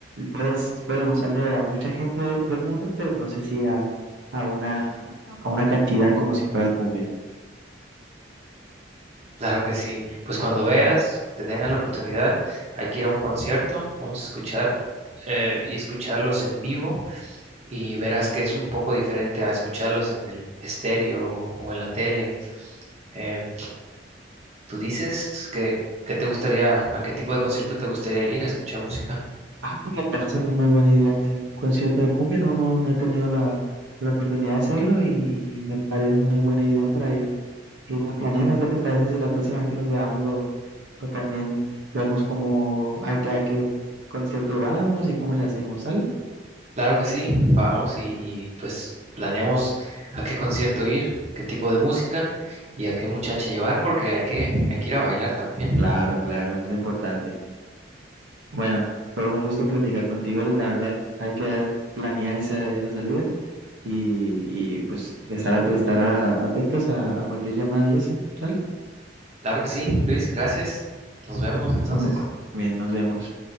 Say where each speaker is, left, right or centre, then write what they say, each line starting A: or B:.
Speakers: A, on the right; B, on the right.
A: puedes, puede gustarle a mucha gente del mundo, pero no sé si a, a una, a una cantidad como si fuera cumbia.
B: Claro que sí. Pues cuando veas, te tengas la oportunidad, hay que ir a un concierto, vamos a escuchar eh, y escucharlos en vivo y verás que es un poco diferente a escucharlos en el estéreo o en la tele. Eh, ¿tú dices que, que te gustaría, a qué tipo de concierto te gustaría ir a escuchar música?
A: Ah, pues me parece una muy buena idea ir un concierto de cumbia. No, no, no he tenido la, la oportunidad de hacerlo y, y me parece una buena idea para ir irla planeando. ¿Qué te parece si la próxima vez que nos veamos lo, o también vemos cómo a, qué a qué concierto vamos y cómo le hacemos, ¿sale?
B: Claro que sí, vamos y, y pues planeamos a qué concierto ir, qué tipo de música y a qué muchacha llevar porque hay que, hay que ir a bailar también.
A: Claro, claro, es lo importante. Bueno, fue un gusto platicar contigo y la verdad hay que planear esa, esa salida y, y pues estar, at- estar a- atentos a, a cualquier llamada y eso, ¿sale?
B: Claro que sí, Luis, gracias. Nos vemos entonces.
A: Bueno, Bien, nos vemos.